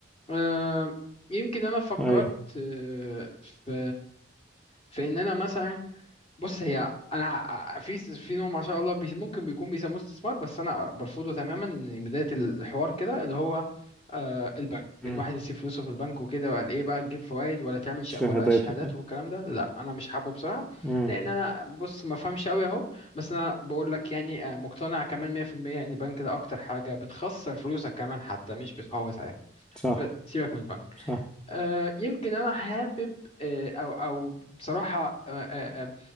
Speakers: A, on the left; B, in the centre.
A: آه، يمكن انا فكرت
B: اي
A: آه، في في ان انا مثلا بص هي انا ع- في في نوع ما شاء الله بي- ممكن بيكون بيسموه استثمار بس انا برفضه تماما من بدايه الحوار كده اللي هو آه، البنك
B: امم
A: ان واحد يسيب فلوسه في البنك وكده وقال ايه بقى تجيب فوائد ولا تعمل شق
B: شهادات
A: ولا الشهادات
B: وكده
A: والكلام ده لا انا مش حابه بصراحه
B: امم
A: لان انا بص ما فهمش قوي اهو بس انا بقول لك يعني آه، مقتنع كمان 100% ان البنك ده اكتر حاجه بتخسر فلوسك كمان حتى مش بتحافظ عليها
B: صح
A: سيبك من البنك
B: صح
A: آه، يمكن انا حابب آه، او او بصراحه آه، آه، آه،